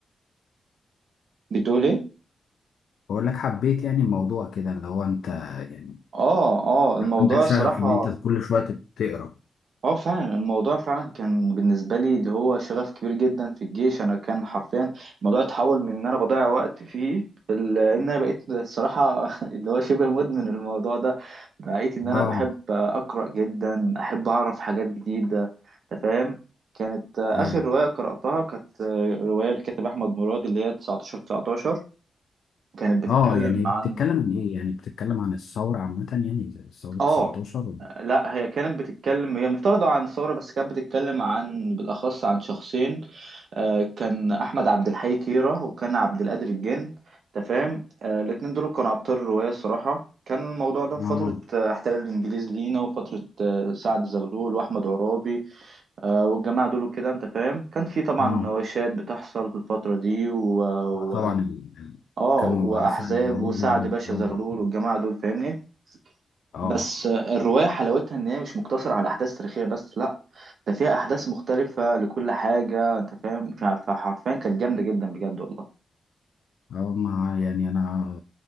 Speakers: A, on the right; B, on the left.
A: بتقول إيه؟
B: بقول لك حبيت يعني الموضوع كده اللي هو انت يعني
A: اه اه الموضوع
B: عندك شغف
A: الصراحة
B: ان انت كل شوية تقرا
A: اه فعلا الموضوع فعلا كان بالنسبة لي اللي هو شغف كبير جدا في الجيش انا كان حرفيا الموضوع اتحول من ان انا بضيع وقت فيه ل- ان انا بقيت الصراحة <laughs> اللي هو شبه مدمن الموضوع ده بقيت ان انا
B: اه
A: بحب اقرأ جدا احب اعرف حاجات جديدة انت فاهم كانت آه،
B: ايوه
A: اخر رواية قرأتها كانت آه، رواية الكاتب احمد مراد اللي هي 19 19 كانت بتتكلم
B: اه يعني بتتكلم
A: عن
B: عن ايه يعني بتتكلم عن الثورة عامة يعني زي ثورة 19
A: اه
B: و...
A: لا هي كانت بتتكلم هي مفترضة عن الثورة بس كانت بتتكلم عن بالأخص عن شخصين آه، كان أحمد عبد الحي كيرة وكان عبد القادر الجن أنت فاهم آه، الاتنين دول كانوا أبطال الرواية الصراحة كان الموضوع ده في
B: اه
A: فترة آه، احتلال الإنجليز لينا وفترة آه، سعد زغلول وأحمد عرابي آه، والجماعة دول كده أنت فاهم كان في طبعا
B: اه
A: مناوشات بتحصل في الفترة دي و...
B: آه، طبعا
A: و...
B: ال- ال-
A: آه
B: كانوا
A: وأحزاب
B: أسعد أول
A: وسعد
B: بعمل
A: باشا
B: ثورة
A: زغلول والجماعة دول فاهمني
B: اه
A: بس الرواية حلاوتها إن هي مش مقتصرة على أحداث تاريخية بس لأ ده فيها أحداث مختلفة لكل حاجة أنت فاهم فحرفيا كانت جامدة جدا بجد والله
B: اه ما يعني انا